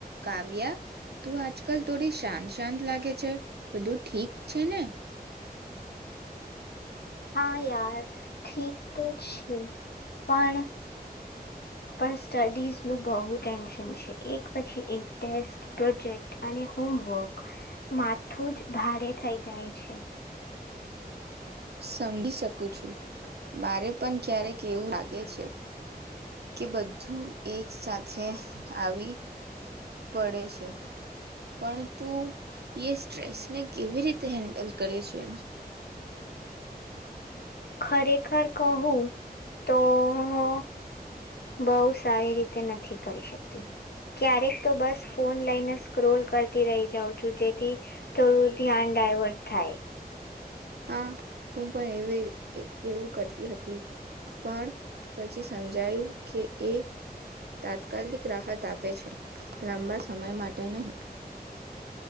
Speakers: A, on the right; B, on the left.
A: કાવ્યા તું આજકાલ થોડી શાંત શાંત લાગે છે, બધું ઠીક છે ને!
B: હા યાર ઠીક તો છે પણ પણ સ્ટડીઝ નુ બહુ ટેન્શન છે. એક પછી એક ટેસ્ટ, પ્રોજેક્ટ અને હોમવર્ક માથું જ ભારે થઈ જાય છે.
A: સમજી શકું છું. મારે પણ ક્યારેક એવું લાગે છે. કે બધું એક સાથે આવી પડે છે. પણ તું એ સ્ટ્રેસને કેવી રીતે હેન્ડલ કરે છે?
B: ખરેખર કહું તો હુ બઉ સારી રીતે નથી કરી શકતી. ક્યારેક તો બસ ફોન લઈને સ્ક્રોલ કરતી રહી જાઉં છું. જેથી થોડું ધ્યાન ડાયવર્ટ થાય.
A: હા. હું પણ એવી એવું કરતી હતી, પણ પછી સમજાયું કે એ તાત્કાલિક રાહત આપે છે લાંબા સમય માટે નહી.